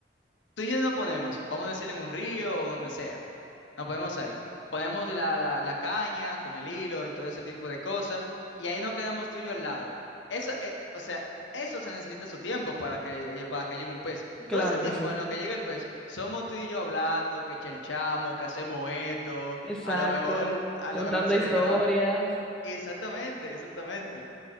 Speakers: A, on the left (about 80°); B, in the centre.
A: tú y yo nos ponemos, vamos a decir en un río o donde sea. Nos ponemos ahí. Ponemos la, la, la caña con el hilo y todo ese tipo de cosas. Y ahí nos quedamos tú y yo al lado. Eso, eh, o sea, eso se necesita su tiempo para que, eh, para que llegue un pez.
B: Claro
A: Todo ese tiempo
B: que sí.
A: en lo que llega el pez, somos tú y yo hablando, que chelchamos, que hacemos esto,
B: Exacto.
A: a lo mejor, a
B: Contando
A: lo mejor celebrar.
B: historias.
A: Exactamente, exactamente.